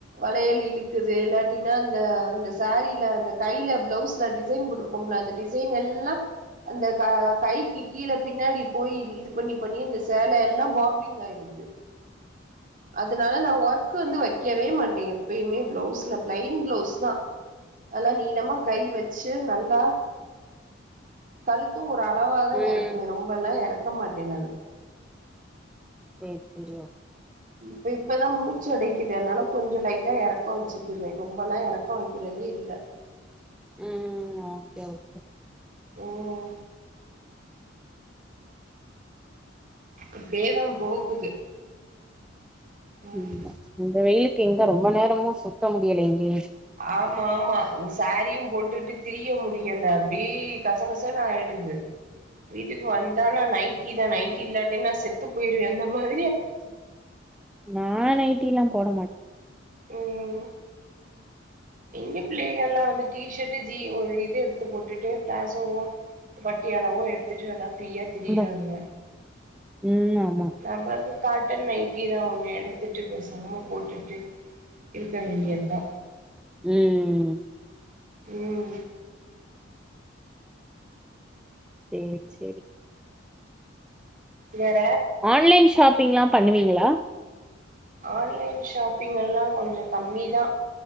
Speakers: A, on the right; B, in the centre.
A: லையல் இழுக்குது இல்லாட்டனா அந்த அந்த சாரீல அந்த கையில பிளவுஸ்ல டிசைன் போட்டிருக்கோம்ல அந்த டிசைன் எல்லாம் அந்த க கைக்கு கீழே பின்னாடி போய் இது பண்ணி பண்ணி இந்த சேல எல்லாம் பாப்ங் ஆயிடுது அதனால நா ஒர்க் கு வந்து வைக்கவே மாட்டேங்க எப்பயுமே பிளவுஸ்ல பிளைன் பிளவுஸ் தான் நல்லா நீளமா கை வச்சு நல்லா கழுத்து ஒட் அளவா தா
B: ம்
A: எறக்குவே ரொம்பல்லா எறக் கமாட்டே நானு
B: சேரி செரி ஓகே
A: பிப்பதா மூச்சடைக் குது அதனால கொஞ்சொ லைட்டா எறக் லாங் ச்சுக்கிறே ரொம்பல்லா எறக்கோ வெக்கிறதே இல்ல
B: ம் ஓகே ஓகே
A: ம் அப்டியேதா போகுது ம்
B: உம் இந்த வெயிலுக்கு எங்க ரொம்ப நேரமு சுத்த முடியலையேங் யே
A: ஆமாமா இந்த சாரீயும் போட்டுட்டு திரிய முடியல அப்டீ கசகசனாயிடுது வீட்டுக் வந்தா நா நைட் டி தா நைடில்லாடி நா செத் த்து போயிருவே அந்த மார்
B: நா நைட்டிலா ப் போடமாட்
A: ம் எங்க பிள்ளைகலா வந்து டீஷர்ட்டு ஜீ ஒரு இது எடுத்து போட்டுட்டு ப்ளாசோவோ பட்டியாலாவோ எடுத்துட்டு நல்லா ஃப்ரீயா திரியிறாங்க
B: இந்தோ ம் ஆமா
A: நம்மளுக்கு காட்டன் நைட்டி தா ஒண்ணு எடுத்துட்டு பேசாம போட்டுட்டு இருக்க வேண்டியதா
B: ம்
A: உம்
B: சேர் செரி
A: வேற
B: ஆன்லைன் ஷாப்பிங்லா பண்ணுவீங்ளா
A: ஆன்லைன் ஷாப்பிங் எல்லாங் கொஞ்சொ கம்மிதா